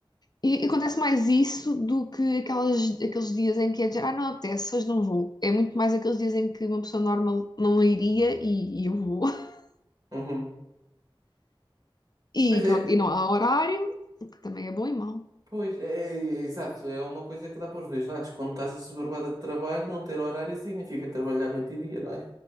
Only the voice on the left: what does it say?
E, e acontece mais isso do que aquelas, aqueles dias em que é de género, ah, não apetece, hoje não vou. É muito mais aqueles dias em que uma pessoa normal não iria e, e eu vou. <laughs>
E
pronto, e não há horário, o que também é bom e mau.